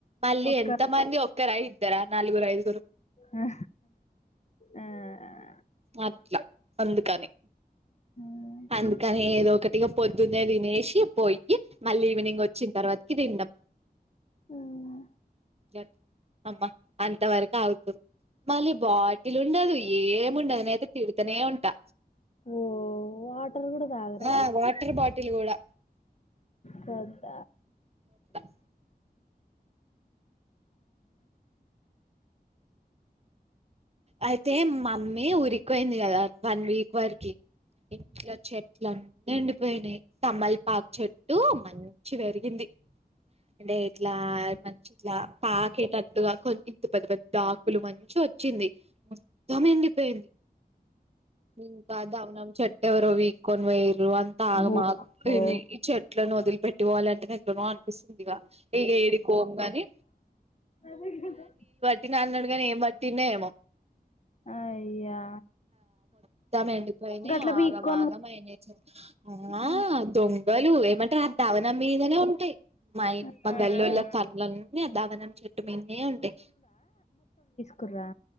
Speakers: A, on the right (about 40°); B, on the left (about 45°).
A: మళ్ళీ
B: ఒక్క
A: ఎంత మంది ఒక్కరా ఇద్దారా నాలుగురు ఐదుగురు
B: ఆ ఆ
A: అట్లా అందుకని
B: ఆమ్
A: అందుకని ఏదో ఒకటిగా పొద్దున్నే తినేసి పోయి మళ్ళీ ఈవినింగ్ వచ్చి వచ్చిన తర్వాత కి తింటాం
B: ఉమ్,
A: క అబ్బా అంత వరకు అగుతారు మళ్ళీ బాటిల్ ఉండదు ఏముండదు నేనయితే తిడతనే ఉంటా
B: ఓ వాటర్ కూడా తాగరా
A: ఆ వాటర్ బాటిల్ కూడా
B: పెద్ద
A: అట్లా అయితే మమ్మీ ఉరికిపోయింది కదా వన్ వీక్ వరకి ఇంట్లో చెట్ ఇట్ల అన్నీ ఉండిపోయినాయి తమలపాకు చెట్టు మంచి పెరిగింది అంటే ఇట్లా మంచి ఇట్లా పాకేటట్టుగా కొ ఇంత పెద్ద పెద్ద దాకులు మంచి వచ్చింది మొత్తం ఎండిపోయింది ఇంకా దమ్నమ్ చెట్టు ఎవరో పీకొని పోయిరు అంత ఆగమ్
B: ఓ
A: ఆగమ్ ఇ
B: ఓ
A: ఈ చెట్లు లను వదిలి పెట్ పెట్టి పోవాలంటేనే ఇట్లానో అనిపిస్తుంది ఇక ఇక ఏది కోగాని
B: అదే కదా
A: తిన్నా అన్నాడు కాని ఏం పట్టిందో ఎమో
B: ఆ అయ్యా
A: ఇద్దాం ఎండిపోయినాయి
B: గట్ల పీక్కొని
A: ఆగం ఆగం అయిన చ
B: ఉమ్,
A: ఆ దొంగలు ఏమంటారు ఆ దావన మీదనే ఉంటాయి మా ఇ
B: ఉమ్.
A: మా గల్ల్లోల కండ్లు అన్ని డబ్బా మీద చెట్టు మీన్నే ఉంటాయి
B: కురా